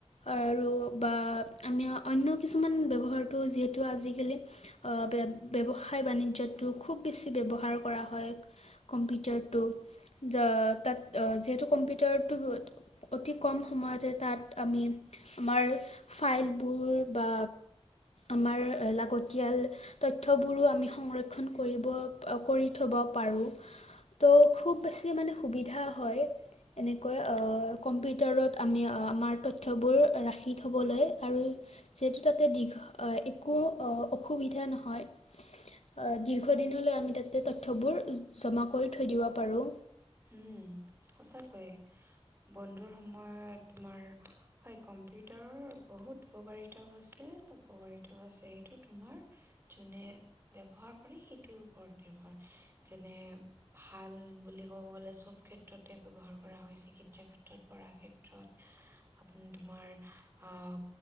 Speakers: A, on the left; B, on the right.
A: আৰু বা আমিও অন্য কিছুমান ব্যৱহাৰটো যিহেতু আজিকালি অ', ব্য-ব্যৱসায়-বাণিজ্যতো খুব বেছি ব্যৱহাৰ কৰা হয়। কম্পিউটাৰটো য- তাত যিহেতু কম্পিউটাৰটো অতি কম সময়তে তাত আমি, আমাৰ ফাইলবোৰ বা আমাৰ লাগতিয়াল তথ্যবোৰো আমি সংৰক্ষণ কৰিব কৰি থ'ব পাৰোঁ। ত' খুব বেছি মানে সুবিধা হয়। এনেকৈ অহ কম্পিউটাৰত আমি আমাৰ তথ্যবোৰ ৰাখি থ'বলৈ আৰু যিহেতু তাতে দীঘ-একো অহ অসুবিধা নহয়। অ', দীৰ্ঘ দিনলৈ আমি তাতে তথ্যবোৰ জমা কৰি থৈ দিব পাৰো।
B: উম সঁচাকৈয়ে, বন্ধুৰ সময়ত তোমাৰ হয় কম্পিউটাৰৰ বহুত উপকাৰিতাও আছে, অপকাৰিতাও আছে সেইটো তোমাৰ যোনে ব্যৱহাৰ কৰে, সেইটোৰ ওপৰত নিৰ্ভৰ, যেনে ভাল বুলি ক'ব গ'লে সব ক্ষেত্ৰতে ব্যৱহাৰ কৰা হয় চিকিৎসা ক্ষেত্ৰত, পঢ়া ক্ষেত্ৰত। আপুনি তোমাৰ আহ